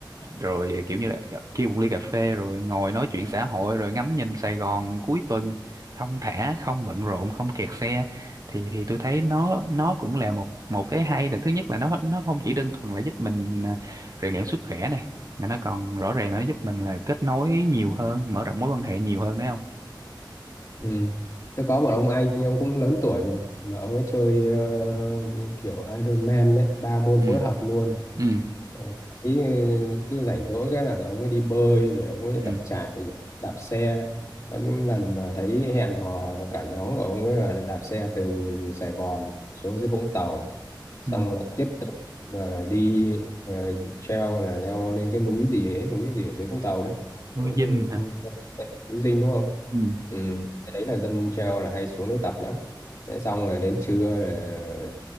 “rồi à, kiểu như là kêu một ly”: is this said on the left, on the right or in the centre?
Right